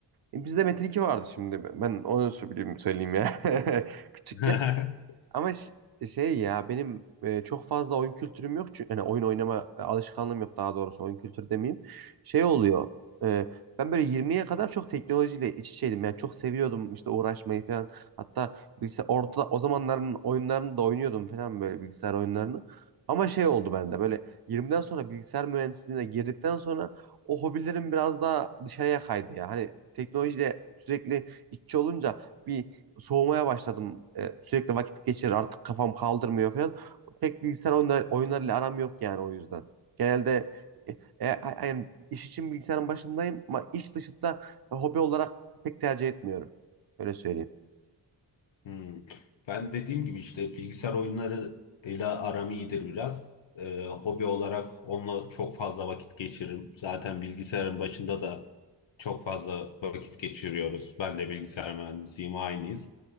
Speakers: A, on the right; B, on the left.
A: bizde Metin 2 vardı şimdi. Ben onu söyleyeyim, söyleyeyim ya. <laughs> Küçükken.
B: <laughs>
A: Ama ş- şey ya benim e, çok fazla oyun kültürüm yok. Çünkü, yani oyun oynama e, alışkanlığım yok daha doğrusu oyun kültürü demeyeyim. Şey oluyor. e, ben böyle 20'ye kadar çok teknolojiyle iç içeydim. Yani çok seviyordum işte uğraşmayı falan. Hatta bilgisayar orada o zamanların oyunlarını da oynuyordum falan böyle bilgisayar oyunlarını. Ama şey oldu bende böyle 20'den sonra bilgisayar mühendisliğine girdikten sonra o hobilerim biraz daha dışarıya kaydı ya. Hani teknolojiyle sürekli iççi olunca bir soğumaya başladım. E, sürekli vakit geçirir artık kafam kaldırmıyor falan. Pek bilgisayar oyunlar, oyunlarıyla aram yok yani o yüzden. Genelde e, e, a- yani iş için bilgisayarın başındayım ama iş dışında e, hobi olarak pek tercih etmiyorum. Öyle söyleyeyim.
B: Hmm. Ben dediğim gibi işte bilgisayar oyunlarıyla aram iyidir biraz. Ee, hobi olarak onunla çok fazla vakit geçiririm. Zaten bilgisayarın başında da Çok fazla vakit geçiriyoruz. Ben de bilgisayar mühendisiyim, aynıyız.